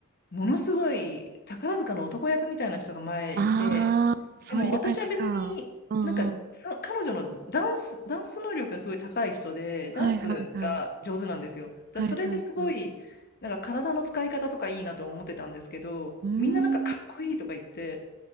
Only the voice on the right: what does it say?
ああ、そういう感じか。
うんうん。
はいはいはい。
はいはいはい。
うー
ん。